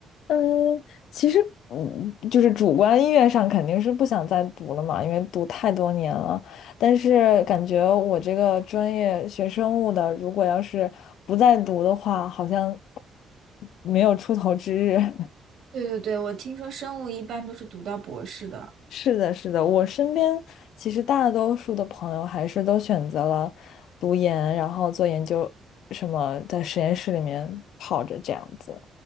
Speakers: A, on the left; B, on the right.
A: 嗯，其实，嗯，就是主观意愿上肯定是不想再读了嘛，因为读太多年了。但是感觉我这个专业学生物的，如果要是不再读的话，好像没有出头之日。<laughs>
B: 对对对，我听说生物一般都是读到博士的。
A: 是的，是的，我身边其实大多数的朋友还是都选择了读研，然后做研究，什么在实验室里面泡着这样子。